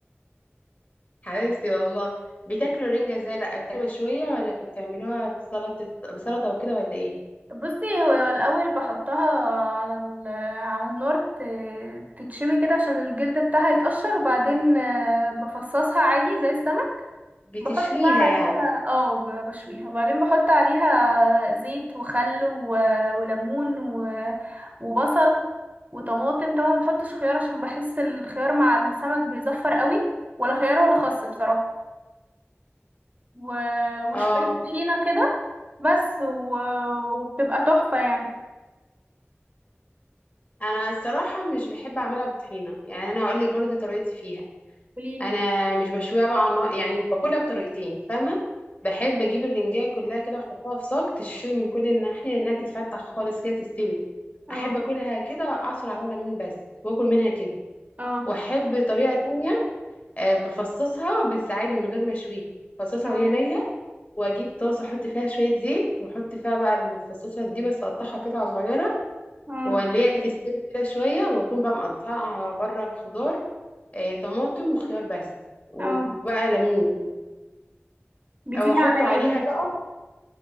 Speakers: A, on the left; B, on the right.
A: حبيبتي والله بتاكلوا الرنجة ازاي بقى بتعملوها مشوية ولا بتعملوها بسلطة بسلطة وكده ولا ايه
B: بصي هو الاول بحطها على ال على النار ت- تتشوي كده عشان الجلد بتاعها يتقشر وبعدين آه، بفصصها عادي زي السمك
A: بتشويها
B: بحط بقى
A: يعني
B: عليها اه ب- بشويها وبعدين بحط عليها زيت وخل و... وليمون و... وبصل وطماطم طبعا ما بحطش خيار عشان بحس الخيار مع السمك بيزفر قوي ولا خيار ولا خس بصراحة و... وشوية
A: اه
B: طحينة كده بس و... وبتبقى تحفة يعني
A: انا الصراحة مش بحب اعملها بطحينة يعني انا هقول لك برضو طريقتي فيها
B: قوليلي
A: انا مش بشويها بقى على النار يعني باكلها بطريقتين فاهمة بحب اجيب الرنجاية كلها كده واحطها في صاج تشوي من كل الناحية انها تتفتح خالص كده تستوي
B: اه
A: احب اكلها كده اعصر عليها ليمون بس واكل منها كده
B: اه
A: واحب طريقة تانية آه، بفصصها بس عادي من غير ما اشويها بفصصها
B: اه
A: وهي نية واجيب طاسه احط فيها شويه زيت واحط فيها بقى المتفصصه دي بس اقطعها قطع صغيره
B: اه
A: واللي هي تستوي كده شويه واكون بقى مقطعه بره خضار آه، طماطم وخيار بس وبقى
B: اه
A: ليمون
B: جديدة
A: او احطه
B: عليا
A: عليها
B: دي
A: بقى